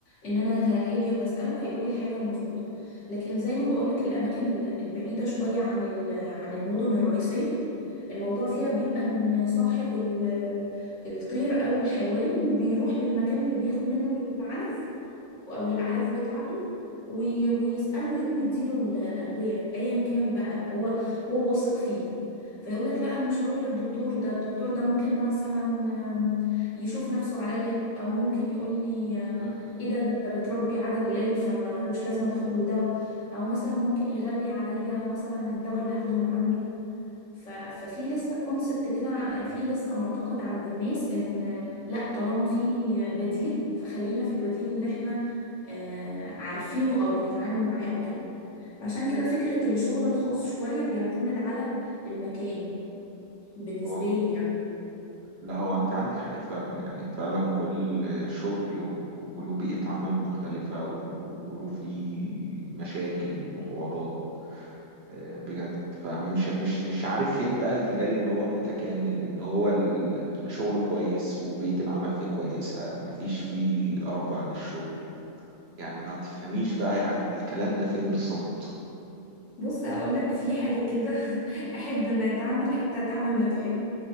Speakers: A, on the left; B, on the right.
A: إن أنا ه- هاجي وهسأله هيقولي الحاجة المظبوطة لكن زي ما بقولك الأماكن ال- البعيدة شوية عن ال- عن المدن الرئيسية الموضوع فيها بيبقى إن صاحب ال الطير أو الحيوان بيروح للمكان اللي بياخد منه العلف أو الأعلاف بتاعته وي- ويسأله ويقوم يديله الأدوية أيا كان بقى هو هو واثق فيه فيقول لك لا أنا مش هروح للدكتور ده الدكتور ده ممكن مثلا آم، يشوف نفسه عليا أو ممكن يقول لي آه،
B: مم.
A: إيه ده ده أنت بتربي عدد قليل فمالوش لازمة تاخد له دواء أو مثلا ممكن يغلي عليا مثلا الدواء اللي هاخده من عنده ف... ففي لسه كونسبت كده في لسه معتقد عند الناس ان لا طالما في بديل فخلينا في البديل اللي احنا آه، عارفينه او بنتعامل معاه او كده فعشان كده فكرة الشغل الخاص شوية بيعتمد على المكان بالنسبة
B: اه
A: لي يعني
B: لا هو انت عندك حق فعلا يعني فعلا كل شغل و- وله بيئة عمل مختلفة و- وله فيه مشاكل وحوارات آه، بجد فمش مش مش عارف فين بقى المجال اللي هو متكامل ان هو ال- شغل كويس وبيئة العمل فيه كويسة مفيش فيه قرف بعد الشغل يعني ما تفهميش بقى يعني الكلام ده فين بالظبط
A: بص هقول لك في حاجة كده <laughs> احب ما تعمل حتى تعمل ما تحب